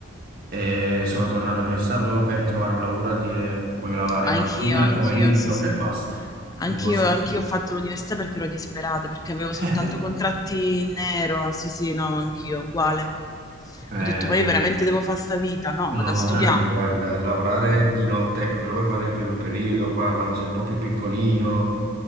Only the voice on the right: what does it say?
E sono tornato all'università proprio per trovare un lavoro a dire voglio lavorare
mattina,
al pomeriggio
e basta.
Non ne posso
più.
<laughs>
Eh,
no,
ma
veramente, guarda, lavorare di notte, ecco, te lo puoi fare per un periodo, qua, quando sei un po' più piccolino,